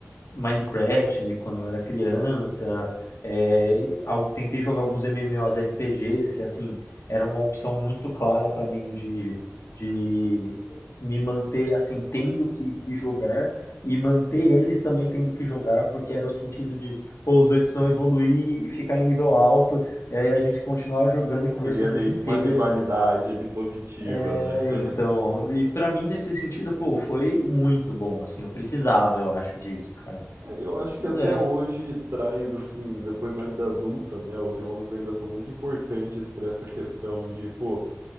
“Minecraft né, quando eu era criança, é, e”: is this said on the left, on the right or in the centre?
Left